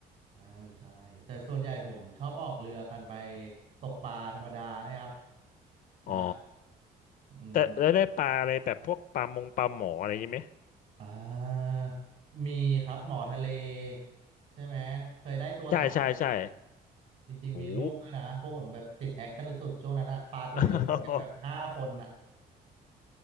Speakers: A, on the right (about 50°); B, on the left (about 55°).
A: ใช่ใช่แต่ส่วนใหญ่ผมชอบออกเรือกันไปตกปลาธรรมดาเนี่ยครับใช่
B: อ๋อ
A: อืม
B: แต่แล้วได้ปลาอะไรแบบพวกปลามงปลาหมออะไรอยังไหม
A: อ่ามีครับหมอทะเลใช่ไหมเคยได้ตัวสามโล
B: ใช่ใช่ใช่
A: จริงๆมีรูปด้วยนะพวกผมแบบติดแอคกันสุดๆช่วงนั้นอะปลาตัวเดียวหมดกันแบบห้าคนอะ
B: โอ้มั